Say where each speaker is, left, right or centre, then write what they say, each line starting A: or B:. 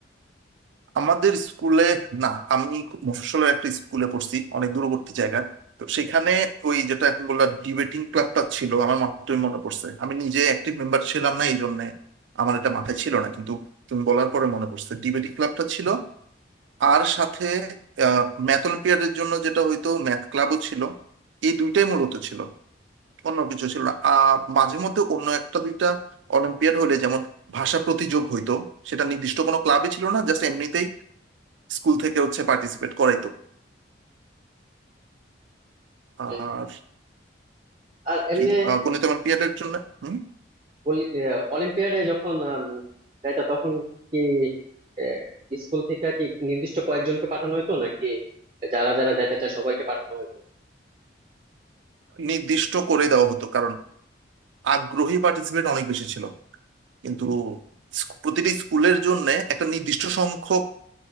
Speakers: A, on the right; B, on the right.
A: আমাদের স্কুলে না আমি মফস্বলের একটা স্কুলে পড়ছি অনেক দূরবর্তী জায়গায় তো সেখানে ওই যেটা এখন বললাম ডিবেটিং ক্লাবটা ছিল আমার মাত্রই মনে পড়ছে আমি নিজে অ্যাক্টিভ মেম্বার ছিলাম না এই জন্য আমার এটা মাথায় ছিল না কিন্তু তুমি বলার পরে মনে পড়ছে ডিবেটিং ক্লাবটা ছিল আর সাথে ম্যাথ অলিম্পিয়াডের জন্য যেটা হয়তো ম্যাথ ক্লাবও ছিল এই দুইটাই মূলত ছিল অন্য কিছু ছিল না আর মাঝে মধ্যে অন্য একটা দুইটা অলিম্পিয়াড হলে যেমন ভাষা প্রতিযোগ হইতো সেটা নির্দিষ্ট কোনো ক্লাবে ছিল না জাস্ট এমনিতেই স্কুল থেকে হচ্ছে পার্টিসিপেট করাইতো আর
B: হ্যাঁ। আর এমনি
A: কি আহ, গণিত এবং পিরিয়ডের জন্য হুম,
B: অলি- আহ, অলিম্পিয়াডে যখন আম, যাইতা তখন কি আহ, স্কুল থেকে কি নির্দিষ্ট কয়েকজনকে পাঠানো হইতো নাকি যারা যারা যাইতে চায় সবাইকে পাঠানো হইতো
A: নির্দিষ্ট করে দেওয়া হতো কারণ আগ্রহী পার্টিসিপেট অনেক বেশি ছিল কিন্তু স্কু- প্রতিটি স্কুলের জন্য একটা নির্দিষ্ট সংখ্যক